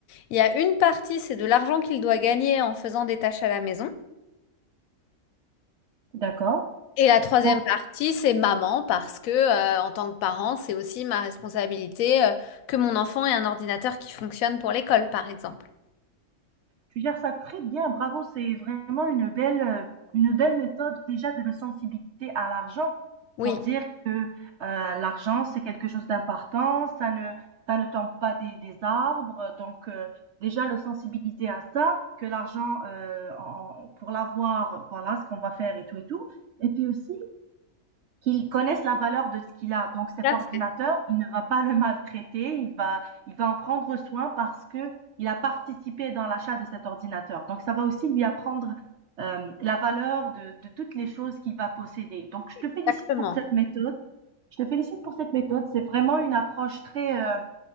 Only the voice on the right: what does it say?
d'accord.
Donc
tu gères ça très bien, bravo, c'est vraiment une belle, euh, une belle méthode déjà de le sensibiliser à l'argent
pour dire que euh, l'argent c'est quelque chose d'important, ça ne, ça ne tombe pas des, des arbres, donc euh, déjà le sensibiliser à ça, que l'argent euh, pour l'avoir, voilà ce qu'on va faire et tout et tout. Et puis aussi qu'ils connaissent la valeur de ce qu'il a. Donc cet
ordinateur,
il ne va pas le maltraiter, il va, il va en prendre soin parce que il a participé dans l'achat de cet ordinateur. Donc ça va aussi lui apprendre euh, la valeur de, de toutes les choses qu'il va posséder. Donc je
te félicite pour cette méthode. Je te félicite pour cette méthode. C'est vraiment une approche très, euh,